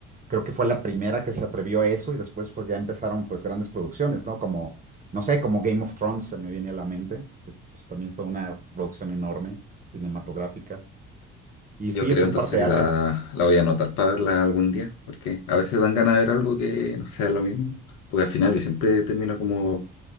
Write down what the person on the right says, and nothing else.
Creo que fue la primera que se atrevió a eso y después pues ya empezaron pues grandes producciones, ¿no? Como, no sé, como Game of Thrones se me viene a la mente, que pues también fue una producción enorme, cinematográfica. Y
sí,
es
un parteaguas.